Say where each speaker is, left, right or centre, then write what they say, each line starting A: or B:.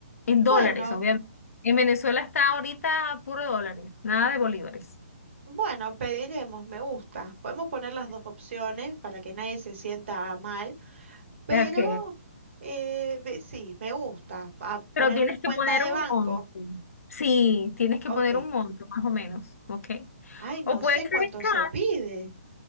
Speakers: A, on the left; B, on the right.
A: en dólares,
B: Bueno.
A: obviamente. En Venezuela está ahorita puro dólares, nada de bolívares.
B: Bueno, pediremos, me gusta. Podemos poner las dos opciones para que nadie se sienta mal, pero
A: Ok,
B: eh, ve- sí, me gusta. A
A: pero
B: poner
A: tienes
B: una
A: que
B: cuenta
A: poner
B: de
A: un
B: banco.
A: monto. Sí, tienes que
B: Ok.
A: poner un monto, más o menos, ¿ok?
B: Ay, no
A: O puede
B: sé
A: ser
B: cuánto
A: en cash,
B: se pide.